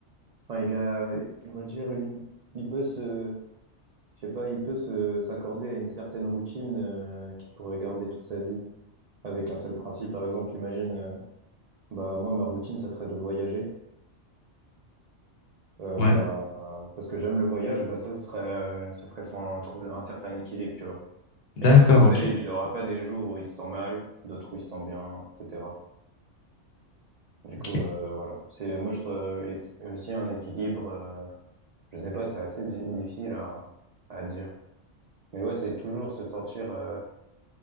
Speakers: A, on the right (about 75°); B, on the left (about 60°).
A: enfin, il a, on va dire une, il peut se, je sais pas, il peut se s'accorder à une certaine routine euh, qu'il pourrait garder toute sa vie avec un seul principe. Par exemple, imagine, euh, bah moi, ma routine, ça serait de voyager. Euh,
B: Ouais,
A: bah parce que j'aime le voyage, bah ça ce serait, euh, ça serait sans trouver un certain équilibre, tu vois.
B: d'accord,
A: Et genre comme ça,
B: ok,
A: il n'aura pas des jours où il se sent mal, d'autres où il se sent bien, etc. Du
B: ok,
A: coup, euh, voilà. C'est moi je trouve et aussi un équilibre. euh, je sais pas, c'est assez di- difficile à, à dire. Mais ouais, c'est toujours se sentir. euh,